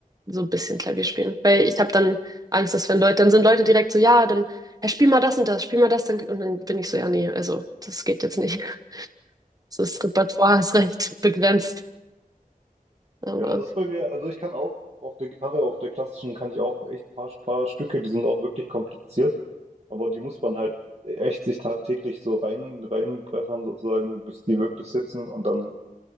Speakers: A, on the right; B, on the right.
A: so ein bisschen Klavier spielen, weil ich habe dann Angst, dass wenn Leute, dann sind Leute direkt so, ja, dann, ja, spiel mal das und das, spiel mal das, dann, und dann bin ich so, ja, nee, also, das geht jetzt nicht. <laughs> Das Repertoire ist recht <laughs> begrenzt, aber,
B: Ja, das ist bei mir, also ich kann auch auf der Gitarre, auf der klassischen, kann ich auch echt paar, paar Stücke, die sind auch wirklich kompliziert, aber die muss man halt echt sich tagtäglich so rein, reinbrettern sozusagen, bis die wirklich sitzen und dann